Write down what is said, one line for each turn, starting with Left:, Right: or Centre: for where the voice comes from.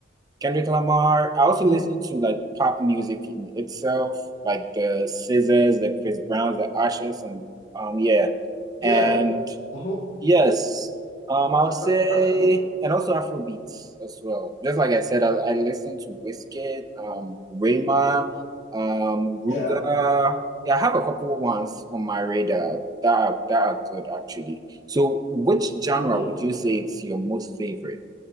Right: Kendrick Lamar. I also
Left: Mhm.
Right: listen to like pop music in itself, like the Scissors, the Chris Browns, the Ushers, and um yeah.
Left: Yeah.
Right: And
Left: Mhm.
Right: Yes, um, I
Left: That-
Right: would say,
Left: that- that's cool.
Right: and also Afrobeats as well. Just like I said, I, I listen to Wizkid, um, Rema, um,
Left: Yeah.
Right: Ruga. Yeah, I have a couple ones on my radar that are, that are good actually. So, which genre
Left: Mhm.
Right: would you say it's your most favorite?